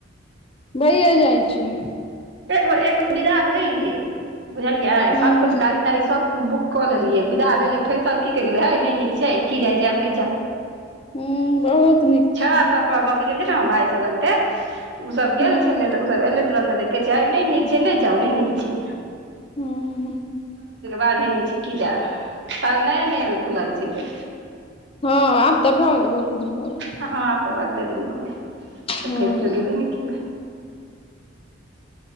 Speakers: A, on the left (about 30°); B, on the right (about 60°).
A: भहिए जाइ छै।
B: एक बेर एक बे विदा भेलहीयै, बुझलियै
A: हूँ
B: सबकुछ गाड़ी- ताड़ी सब बुक कऽ लेलियै, विदा भेलै फेर सब की कहि गेलै हय नहि नीक छै, की जाय जायब नहि जाउ।
A: हु बहुत नीक
B: छरा
A: छै
B: सब हमरा गांव के गेलि न हम भाय सब लगते, उ सब गेल
A: हँ
B: छले तऽ उ सब एले तुरंते। कहेै छैय हाय नै नीक छै नै जाउ नय नीक छै।
A: हूँ
B: बा नै निक छै की जेब ताबे नये- नये मे खुलल छेलेै।
A: हँ आब तऽ भल गेलै बहुत दिन भऽ गेलै।
B: हँ तऽ आब तऽ बहुते दिन भऽ गेलेै तऽ
A: हँ
B: फेर कोय गेबे नै केलेै।